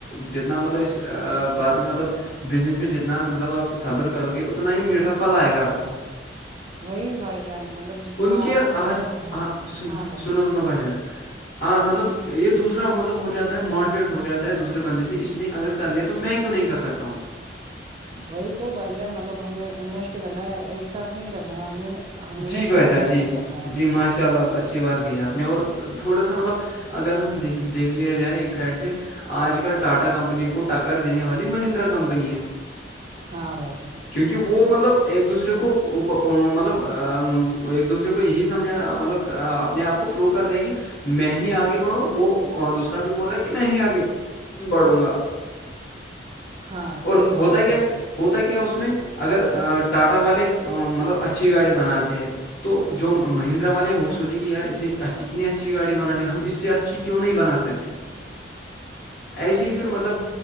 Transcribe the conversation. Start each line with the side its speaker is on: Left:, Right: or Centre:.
Left: جتنا مطلب اس بعد میں مطلب بزنس میں جتنا مطلب آب صبر کرو گے اتنا ہی میٹھا فل آئے گاپ کو
Right: وہی بھائی جان مطلب جتنا
Left: ان کے
Right: آپ کی لگن
Left: آج سن
Right: ہاں بھائی
Left: سنو
Right: جان،
Left: سنو بجن آ مطلب یہ دوسرا مطلب ہو جاتا ہے موٹیویٹ ہو جاتا ہے دوسرے بندے سے اس نے اگر کر لیا تو میں کیوں نہیں کر سکتا ہوں
Right: وہی تو بائی چان مطلب ہمیں انویسٹ کرنا ہے ایک ساتھ نہیں کرنا ہے ہم نے ہم نے
Left: جی
Right: نا
Left: بھائی
Right: اسٹیپ
Left: جان
Right: بائی
Left: جی
Right: اسٹیپ کرنا ہے
Left: جی ماشاء اللہ اچھی بات کہی آپ نے اور تھوڑا سا مطلب اگر ہم د دیکھ لیا جائے ایک سائڈ سے آج کل ٹاٹا کمپنی کو ٹکر دینے والی مہندرا کمپنی ہے
Right: ہاں بھائی جان
Left: کیونکہ وہ مطلب ایک دوسرے کو مطلب ایک دوسرے کو یہی سمجھا مطلب اپنے آپ کو پرو کر رہے ہیں کہ میں ہی آگے بڑھوں وہ دوسرا بھی بول رہا ہے کہ میں ہی آگے بڑھوں گا
Right: ہاں صحیح
Left: اور
Right: بات
Left: ہوتا
Right: ہے
Left: کیا
Right: بھائی جان
Left: ہوتا کیا اس میں اگر ٹاٹا والے مطلب اچھی گاڑی بناتے ہیں تو جو مہندرا والے وہ سوچے کہ یار اتنی اچھی گاڑی بنا لیں ہم اس سے اچھی کیوں نہیں بنا سکتے
Right: <inaudible>
Left: ایسے ہی پھر مطلب